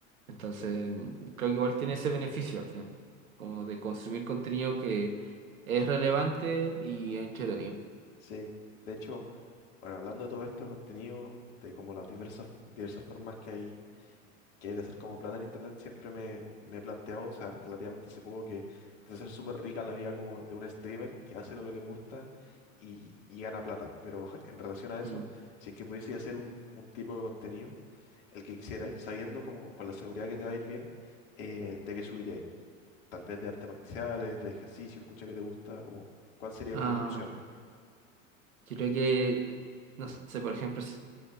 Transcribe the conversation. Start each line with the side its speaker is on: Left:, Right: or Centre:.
Right: Entonces,
Left: sí.
Right: mm, creo que igual tiene ese beneficio al final, como de consumir contenido que es relevante y entretenido.
Left: Sí, de hecho, Bueno, hablando de todo esto, contenido, de como las diversas, diversas formas que hay, que hay de hacer como plata en internet, siempre me, me he planteado, o sea, relativamente hace poco que debe ser súper rica la vida como de un streamer que hace lo que le gusta y, y gana plata. Pero <laughs> en relación a eso,
Right: Mm.
Left: si es que pudiese hacer un, un tipo de contenido, el que quisierais, sabiendo como con la seguridad que te va a ir bien, eh, ¿de qué subiríais? Tal vez de artes marciales, de ejercicio, escucha que te gusta, como, ¿cuál sería
Right: Ah,
Left: como tu opción?
Right: Yo creo que, no sé, por ejemplo, si,